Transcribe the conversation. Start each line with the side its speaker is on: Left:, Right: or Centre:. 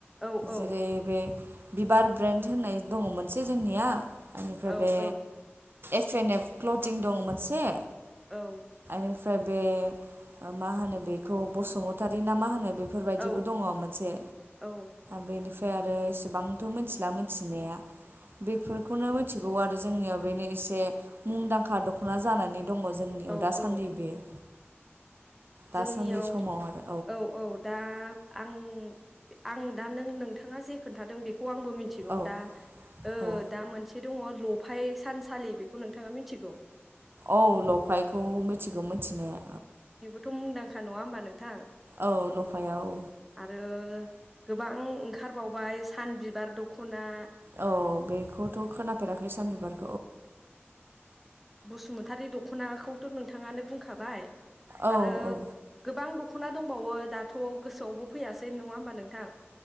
Centre: औ औ
Right: जेरै बे बिबार ब्रेन्ड होननाय दङ मोनसे जोंनिया। ओनिफ्राय
Centre: औ
Right: बे
Centre: औ
Right: एपेन एफ क्लटिं दं मोनसे,
Centre: औ।
Right: निफ्राय बे मा होनो बेखौ बसुमतारी ना मा होनो, बेफोर बायदिबो
Centre: औ
Right: दङ मोनसे
Centre: औ
Right: बेनिफ्रा ओमफ्राय आरो एसेबांथ' मिथिला मिथिनाया, बेफोरखौनो मिथिगौ आरो जोंनियाव बेनो एसे मुंदांखा दख'ना जानानै, दङ जोंनियाव
Centre: औ
Right: दासान्दि
Centre: औ
Right: बेयो, दासान्दि
Centre: जोंनियाव
Right: समाव आरो
Centre: औ औ दा आं आं दा नों नोंथाङा जे खोन्थादों बेख खौ आंबो मिथिगौ
Right: औ
Centre: दा ओ
Right: औ
Centre: दा मोनसे, दङ लफाय सानसालि बेखौ नोंथाङा मिथिगौ,
Right: औ लफायखौ मिथिगौ मिथिनाया,
Centre: थ' मुंदांखा नङा होनोमबा नोंथां?
Right: औ ल'फायाव औ
Centre: आरो गोबां ओंखारबावबाय सान बिबार दखना खना
Right: औ बेखौथ' खोनाफेराखै सानबिबार
Centre: बसुमतारि दख'नाखौथ' नोंथाङानो बुंखाबाय
Right: औ
Centre: आरो
Right: औ
Centre: गोबां दखना दंबावो दाथ गोसोआवबो फैयासै नङा होमबा नोंथां